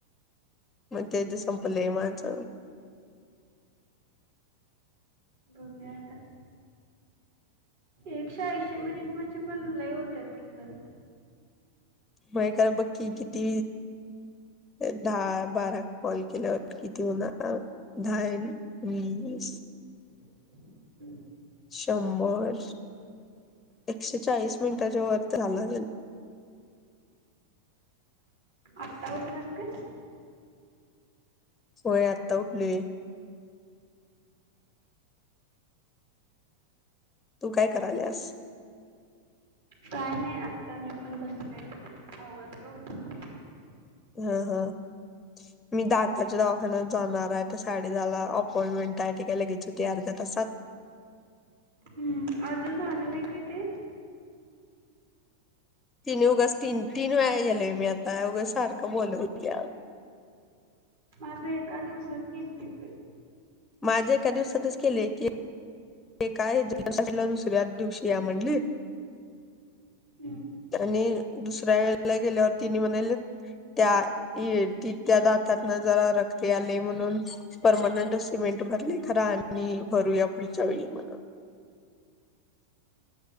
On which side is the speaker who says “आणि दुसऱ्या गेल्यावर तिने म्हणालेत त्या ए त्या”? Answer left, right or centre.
Left